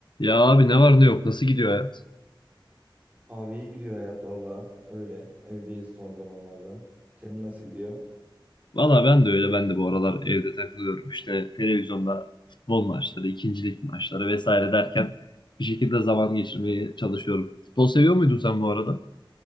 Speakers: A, on the left (about 60°); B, on the right (about 20°).
A: Ya abi ne var ne yok nasıl gidiyor hayat?
B: Abi iyi gidiyor hayat valla. Öyle. Evdeyiz son zamanlarda. Senin nasıl gidiyor?
A: Valla ben de öyle ben de bu aralar evde takılıyorum işte televizyonda futbol maçları, ikincilik maçları vesaire derken bir şekilde zaman geçirmeye çalışıyorum. Futbol seviyor muydun sen bu arada?